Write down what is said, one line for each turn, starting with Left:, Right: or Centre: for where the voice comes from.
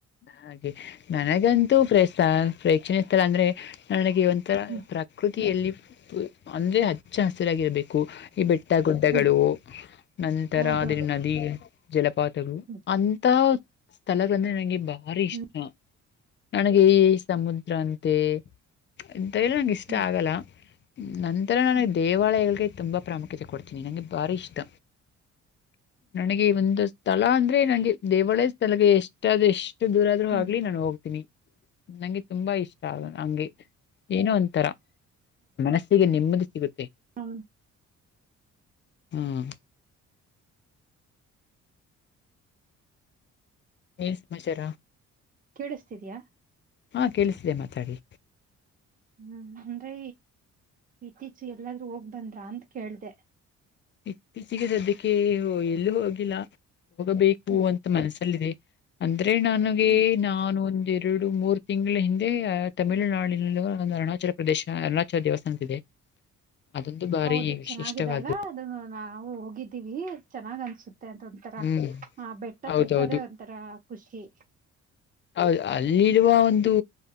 Left: ಹಾಗೆ ನನಗಂತೂ ಪ್ರ ಪ್ರೇಕ್ಷಣೀಯ ಸ್ಥಳ ಅಂದ್ರೆ. ನನಗೆ ಒಂಥರ
Right: ಹ್ಮ್
Left: ಪ್ರಕೃತಿಯಲ್ಲಿ ಅಂದ್ರೆ ಹಚ್ಚ ಹಸಿರಾಗಿರಬೇಕು. ಈ ಬೆಟ್ಟ ಗುಡ್ಡಗಳು
Right: ಹ್ಮ್
Left: ನಂತರ
Right: ಹೌದೌದು
Left: ಅದು ನದಿಗೆ. ಜಲಪಾತಗಳು
Right: ಹ್ಮ್
Left: ಅಂತ ಸ್ಥಳದಂದ್ರೆ ನನಗೆ ಭಾರಿ ಇಷ್ಟ
Right: ಹ್ಮ್
Left: ನನಗೆ ಈ ಸಮುದ್ರ ಅಂತ. ಮತ್ತೆ ಇಂತ ಎಲ್ಲ ನಂಗೆ ಇಷ್ಟ
Right: ಹ್ಮ್
Left: ಆಗಲ್ಲ ನಂತರ ನನಗೆ
Right: ಹ್ಮ್
Left: ದೇವಾಲಯಗಳಿಗೆ ತುಂಬ ಪ್ರಾಮುಖ್ಯತೆ ಕೊಡ್ತೀನಿ ನನಗೆ ಭಾರಿ ಇಷ್ಟ ನನಗೆ ಒಂದು ಸ್ಥಳ ಅಂದ್ರೆ ನಂಗೆ ದೇವಾಲಯ ಸ್ಥಳಕ್ಕೆ ಎಷ್ಟಾದ್ ಎಷ್ಟ. ಇಷ್ಟು ದೂರ ಆದ್ರೂ
Right: ಹ್ಮ್
Left: ಆಗ್ಲಿ ನಾನು ಹೋಗ್ತೀನಿ ನಂಗೆ ತುಂಬಾ ಇಷ್ಟ ಹಂಗೆ ಏನೋ ಒಂಂತರ. ಮನಸ್ಸಿಗೆ ನೆಮ್ಮದಿ ಸಿಗುತ್ತೆ.
Right: ಹಾ
Left: ಹ್ಮ್ ಏ ಸಮಾಚಾರ
Right: ಕೇಳಿಸ್ತಿದ್ಯಾ
Left: ಹಾ ಕೇಳಿಸಿದೆೆ ಮಾತಾಡಿ.
Right: ಹ್ಮ್ ಅಂದ್ರೆ ಇತ್ತೀಚೆ ಎಲ್ಲಾದ್ರೂ ಹೋಗ್ ಬಂದ್ರ ಅಂತ ಕೇಳ್ದ.
Left: ಇತ್ತೀಚಿಗೆ ಸದ್ಯಕ್ಕೆ ಎಲ್ಲೂ ಹೋಗಿಲ್ಲ ಹೋಗಬೇಕು
Right: ಹ್ಮ್
Left: ಅಂತ ಮನಸಲ್ಲಿದೆ. ಅಂದ್ರೆ ನನಗೆ
Right: ಹ್ಮ್
Left: ನಾನು. ಎರಡು ಮೂರು ತಿಂಗಳ ಹಿಂದೆ ತಮಿಳುನಾಡಿನ ಒಂದು ಅರುಣಾಚಲ ಪ್ರದೇಶ ಅರುಣಾಚಲ ದೇವಸ್ಥಾನದ ಇದೆ. ಅದೊಂದು ಬಾರಿ
Right: ಹೌದು ಚೆನ್ನಾಗಿದ್ದೆ ಅಲ್ವಾ.
Left: ವಿಶಿಷ್ಟವಾದ
Right: ಅ ನಾವು ಹೋಗಿದ್ದೀವಿ ಚೆನ್ನಾಗ್ ಅನ್ಸುತ್ತೆ ಅಂತ ಒಂತರ
Left: ಹ್ಮ್ ಹೌದು.
Right: ಆ ಬೆಟ್ಟ
Left: ಹೌದೌದು
Right: ಸುತ್ತದೇ. ಒಂತರ ಖುಷಿ.
Left: ಹೌದು ಅಲ್ಲಿರುವ ಒಂದು.